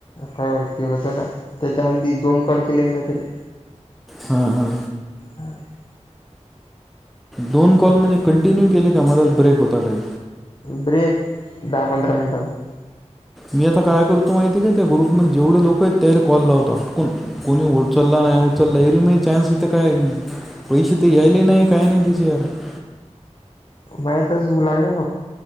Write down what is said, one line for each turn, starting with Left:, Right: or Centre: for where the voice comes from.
Left: काय एकटे होतं ना त्याच्या अधी दोन कॉल केले मी तरी.
Centre: हा हा.
Left: हम्म
Centre: दोन कॉल म्हणे कॉन्टिन्यू केला का मदा ब्रेक होता काय.
Left: ब्रेक दहा पंधरा मिनिटाचा.
Centre: मी आता काय करतो माहिती का त्या ग्रुपमध्ये जेवढे लोकं आहेत त्याला कॉल लावतो अटकून. कोणी उचलला नाही उचलला ऐरीम चान्स इथं काय पैशे तर यायले नाय काय नाय. <unintelligible>
Left: मायतच <unintelligible> ना.